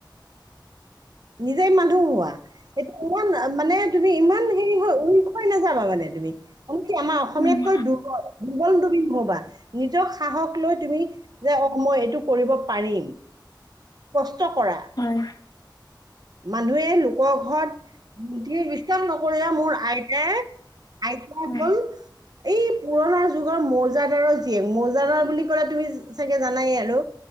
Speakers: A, on the right; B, on the left.
A: নিজেই মানুহ হোৱা। এতিয়া ইমান মানে তুমি ইমান হেৰি হৈ উইক হৈ নাযাবা মানে তুমি। মান কি আমাৰ অসমীয়াতকৈ
B: উম,
A: দুৰ দুৰ্বল দুৰ্বল তুমি নহবা নিজক সাহক লৈ তুমি যে অ', মই এইটো কৰিব পাৰিম কষ্ট কৰা
B: হয়।
A: মানুহে লোকৰ ঘৰত বুঠি বিশাস নকৰিয়া মোৰ আইতাই আইতা
B: হয়
A: হ'ল এই পুৰণা যুগৰ মৌজাদাৰৰ মৌজাদাৰ বুলি কলে তুমি চাগে জানাইে আৰু